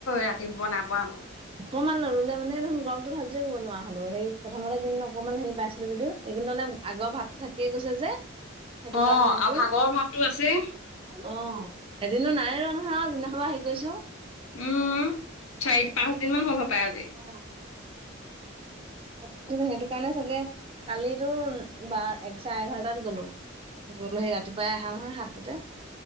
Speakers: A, on the left; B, on the right.
A: ৰাতি শুব নাইপাৰা আক।
B: অকণমান ৰুলে মানে দেখোন গৰমটো কৰিব নোৱাৰা হলো সেই প্ৰথমতে কিন্তু অকণমান হেৰি পাইছিলো যদিও এদিন মানে আগৰ ভাৱটো থাকিয়ে গৈছে যে সেইটো
A: অ
B: কাৰণে নেকি।
A: আৰু ভাগৰ ভাৱটো আছেই
B: অঁহ এদিনো নাই ৰোৱা নহয় আৰু যোনদিনাখনৰ পৰা হেৰি কৰিছো।
A: উম, চাৰি পাঁচদিনমান হ'ল হ'পায় আজি।
B: অহ ত সেইটো কাৰণে চাগে কালিতো বাৰ চাৰে এঘাৰটাত গ'লো। গল সেই ৰাতিপুৱাই আহা নহয় সাতটাতে,